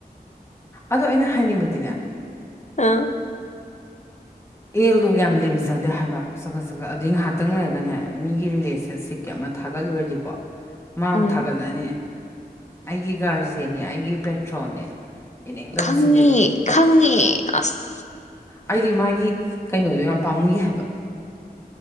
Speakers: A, on the left (about 15°); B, on the left (about 45°).
A: ꯑꯗꯣ ꯑꯩꯅ ꯍꯥꯏꯅꯤꯡꯕꯗꯤꯅꯦ
B: ꯑꯥ
A: ꯑꯦꯗꯣ ꯌꯥꯝ ꯂꯦꯝꯖꯗꯦ ꯍꯥꯏꯕ ꯁꯈꯠ ꯁꯈꯠ ꯑꯗꯨꯏ ꯉꯥꯏꯍꯥꯛꯇꯪ ꯂꯩꯔꯒꯅꯦ ꯃꯤꯒꯤ ꯔꯤꯂꯦꯁꯟꯁꯤꯞꯀꯤ ꯑꯃ ꯊꯥꯒꯠꯂꯨꯔꯗꯤꯀꯣ ꯃꯥꯥꯡ
B: ꯎꯝ
A: ꯊꯥꯒꯠꯂꯛꯑꯅꯤ ꯑꯩꯒꯤ ꯒꯥꯔꯖꯤꯟꯅꯦ ꯑꯩꯒꯤ ꯄꯦꯇ꯭ꯔꯣꯟꯅꯦꯅ ꯌꯦꯡꯅꯤꯡꯗꯕꯁꯤꯗꯤꯕ
B: ꯈꯪꯉꯦ ꯈꯪꯉꯦ ꯑꯁ
A: ꯑꯩꯗꯤ ꯃꯥꯒꯤ ꯀꯩꯅꯣꯗꯣ ꯌꯥꯝ ꯄꯥꯝꯃꯨꯏ ꯍꯥꯏꯕ